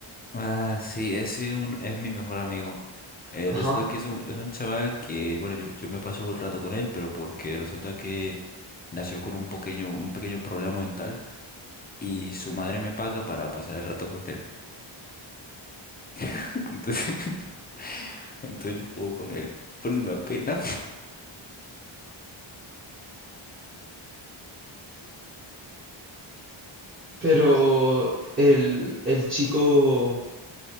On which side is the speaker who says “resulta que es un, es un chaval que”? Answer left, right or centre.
Left